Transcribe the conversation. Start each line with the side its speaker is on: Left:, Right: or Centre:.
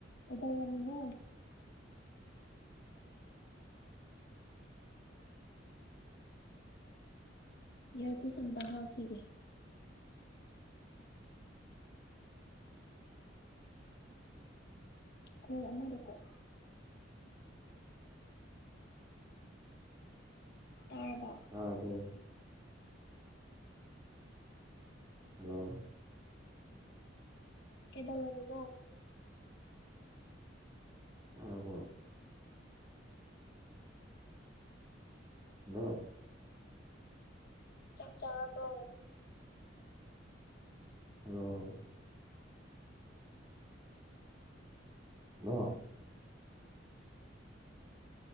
Left: ꯀꯩꯗꯧꯔꯝꯃꯤꯅꯣ ꯌꯔꯄꯤꯁ ꯑꯝꯇ ꯍꯥꯞꯈꯤꯒꯦ ꯀꯣ ꯑꯃꯗ ꯀꯣꯛ ꯇꯥꯔꯕ
Right: ꯇꯥꯔꯕꯣ ꯍꯂꯣ
Left: ꯀꯩꯗꯧꯔꯝꯃꯤꯅꯣ
Right: ꯇꯥꯔꯕꯣ ꯍꯜꯂꯣ
Left: ꯆꯥꯛ ꯆꯥꯔꯕꯣ
Right: ꯍꯜꯂꯣ ꯑꯣ